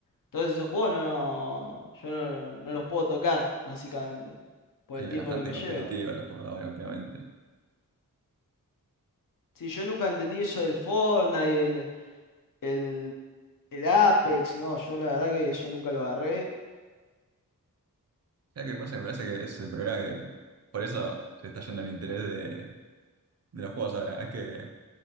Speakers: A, on the left; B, on the right.
A: Entonces esos juegos no, yo no, no los puedo tocar, básicamente, por
B: Sí,
A: el tiempo
B: bastante
A: que me
B: competitiva
A: lleva.
B: los jugadores últimamente.
A: Sí, yo nunca entendí eso del Fortnite y el, el, el Apex, no, yo la verdad que eso nunca lo agarré
B: ¿Sabes qué pasa? Me parece que ese es el problema que por eso se está yendo el interés de, de los juegos ahora. Es que